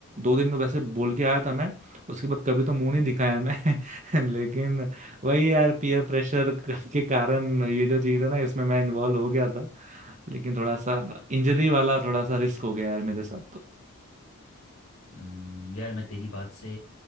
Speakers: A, on the right; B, on the left.
A: दो दिन में वैसे बोल के आया था मैं उसके बाद कभी तो मुंह नहीं दिखाया मैं <laughs> लेकिन वही यार पीयर प्रेशर <laughs> के कारण ये जो चीज है ना इसमें मैं इन्वॉल्व हो गया लेकिन थोड़ा सा इंजरी वाला थोड़ा सा रिस्क हो गया यार मेरे साथ तो
B: हम्म, यार मैं तेरी बात से